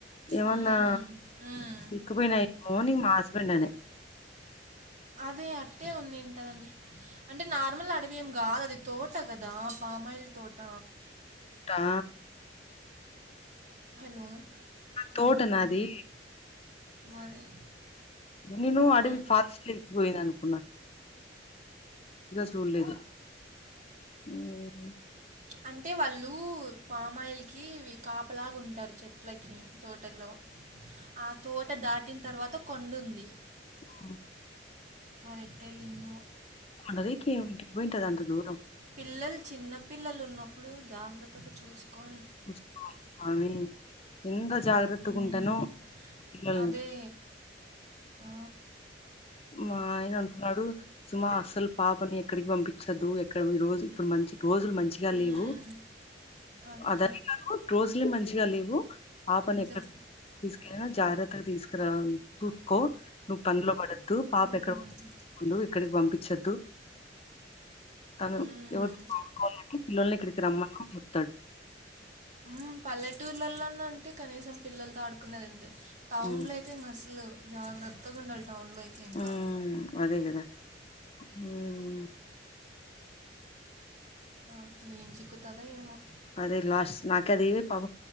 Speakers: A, on the left; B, on the right.
A: ఏమన్నా
B: హ్మ్. హ్మ్.
A: పిక్కుపోయినాయి మార్నింగ్ మా హస్బెండ్ అనే
B: అదే అట్టే ఉందింటదం అంటే నార్మల్ అడవి ఏం కాదు అది తోట కదా పామాయిల్ తోట
A: టా
B: హలో
A: తోట
B: మ్
A: నాది
B: మరి
A: నేను అడవి
B: హ్మ్.
A: ఫాస్ట్క్కిపోయింది అనుకున్నా చూల్లేదు మ్
B: అంటే వాళ్ళు పామాయిలకి ఇవి కాపలాగా ఉంటారు చెట్లకి తోటలో ఆ తోట దాటిన తర్వాత కొండుంది.
A: ఓ
B: మరెట్టలిన్దో
A: అదకింటి వింటది అంత దూరం
B: పిల్లలు చిన్న పిల్లలు ఉన్నప్పుడు జాగ్రత్తగా చూసుకొ
A: చూసుకోవాలి అమి ఇంగ జాగ్రత్తగ
B: మ్మ్.
A: ఉంటాను మల్
B: అదే ఆ.
A: మా ఆయన అంటున్నాడు సుమా అస్సల్ పాపని ఎక్కడికి పంపించద్దు ఎక్కడ ఈరోజు ఇప్పుడు మంచి రోజులు మంచిగా
B: మ్మ్.
A: లేవు
B: అదే
A: అదనే కాదు రోజులే మంచిగా లేవు పాపను
B: నిజం
A: ఎక్కడ తీసుకెళ్ళిన జాగ్రత్తగా తీసుకురా కో నువ్వు పనిలో పడద్దు పాప
B: మ్మ్.
A: ఎక్కడ ఎక్కడికి పంపించద్దు తను
B: హ్మ్.
A: ఎవరితో పడుకోవాలంటే పిల్లల్ని ఇక్కడికి రమ్మని చెప్తాడు
B: ఉమ్ పల్లెటూర్లలోన ఉంటే కనీసం పిల్లలతో ఆడుకున్నది ఉంటది టౌన్
A: ఉమ్
B: లో అయితే ఇంగ అసలు జాగ్రత్తగా ఉండల్ టౌన్ లో అయితే ఇంకా
A: ఉమ్ అదే కదా ఉమ్
B: నాకు ఏం చిక్కుతాదో ఏమో
A: అదే లాస్ట్ నాక అది పాప